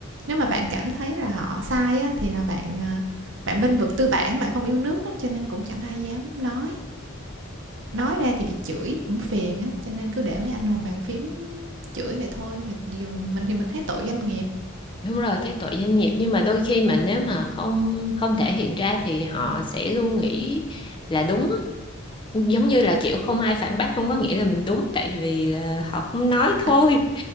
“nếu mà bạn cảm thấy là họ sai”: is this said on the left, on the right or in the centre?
Right